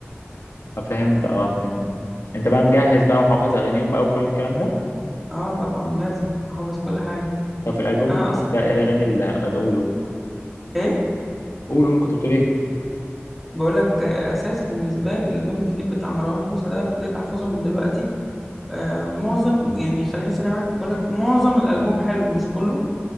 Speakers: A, on the left; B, in the centre.
A: آه، فهمت اه فهمت انت بقى مجهز بقى وحافظ اغانيهم بقى وكل الكلام ده
B: اه طبعا لازم حافظ كل حاجه
A: طب في الالبوم
B: انا
A: الجديد
B: اصلا
A: ده ايه الاغاني اللي قول قول
B: ايه
A: قول قول كنت بتقول ايه
B: بقول لك اساسي بالنسبه لي الالبوم الجديد بتاع مروان موسى ده ابتديت احفظه من دلوقتي آه معظم يعني خليني سريع معاك بقول لك معظم الالبوم حلو مش كله